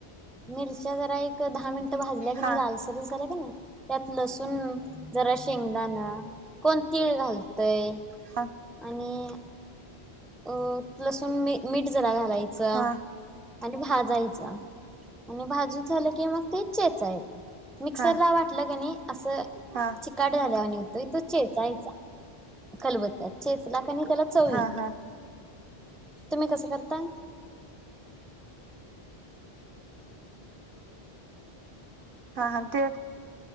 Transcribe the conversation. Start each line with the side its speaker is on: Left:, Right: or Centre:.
Centre: मिरच्या जरा एक दहा मिनट भाजल्या क नाही
Right: हा
Centre: लालसरी झाल्या क नाही त्यात लसूण जरा शेंगदाान कोण तीळ घालतय
Right: हा
Centre: आणि अ लसून मी मीठ जरा घालायचं
Right: हा
Centre: आणि भाजायचं आणि भाजू झालं की मग ते चेचायेत मिक्सर
Right: हा
Centre: ला वाटलं क नाही असं
Right: हा
Centre: चिकाड झाल्यावर निघतो तो चेचायचा खलबत्त्या चेचला कनी त्याला चवीत्या
Right: हा
Centre: तुम्ही कसं करताय
Right: हा हां ते